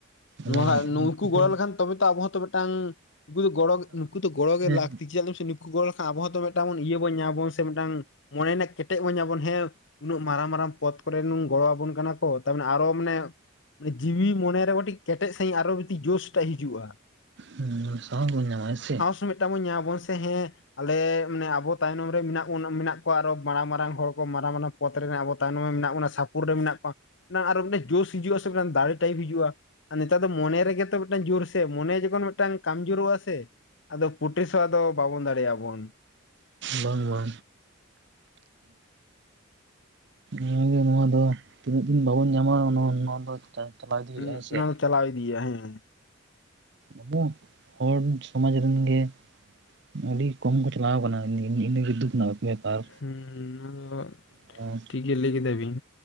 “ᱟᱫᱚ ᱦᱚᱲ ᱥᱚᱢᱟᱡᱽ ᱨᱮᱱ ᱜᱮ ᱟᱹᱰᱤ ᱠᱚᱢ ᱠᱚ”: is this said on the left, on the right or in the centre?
Right